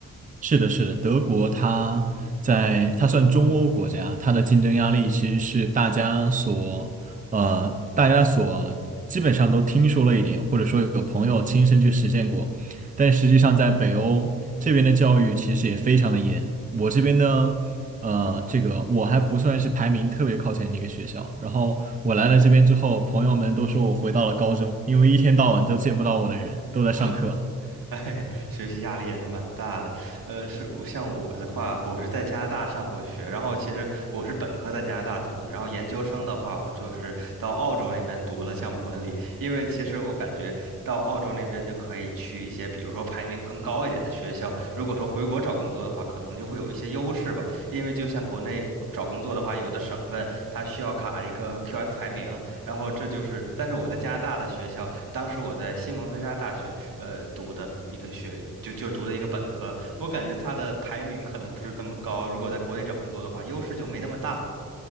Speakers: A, on the right; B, on the right.
A: 是的，是的，德国它在它算中欧国家，它的竞争压力其实是大家所呃大家所基本上都听说了一点，或者说有朋友亲身去实践过，但实际上在北欧这边的教育其实也非常的严。我这边呢，呃，这个我还不算是排名特别靠前的一个学校，然后我来了这边之后，朋友们都说我回到了高中，因为一天到晚都见不到我的人，都在上课。
B: 啊？哎，学习压力也是蛮大的。呃，是我像我的话，我是在加拿大上过学，然后其实我是本科在加拿大读的，然后研究生的话，我就是到澳洲那边读了项目管理。因为其实我感觉到澳洲那边就可以去一些，比如说排名更高一点的学校。如果说回国找工作的话，可能就会有一些优势吧。因为就像国内找工作的话，有的省份它需要卡一个 QS 排名，然后这就是，但是我在加拿大的学校，当时我在西蒙菲沙大学，呃，读的一个学，就就读的一个本科，我感觉它的排名可能不是这么高，如果在国内找工作的话，优势就没那么大。